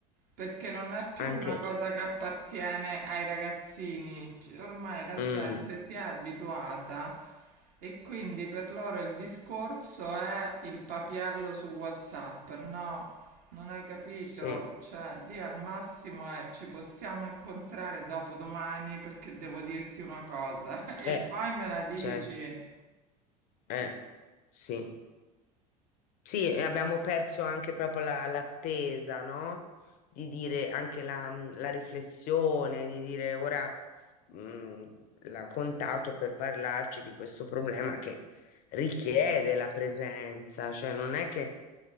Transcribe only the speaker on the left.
anche
io.
Mm,
sì,
eh,
certo, eh, sì. Sì, e abbiamo perso anche proprio la- l'attesa, no? Di dire anche la, la riflessione, di dire ora mh, l'ha contato per parlarci di questo problema che richiede la presenza, cioè non è che...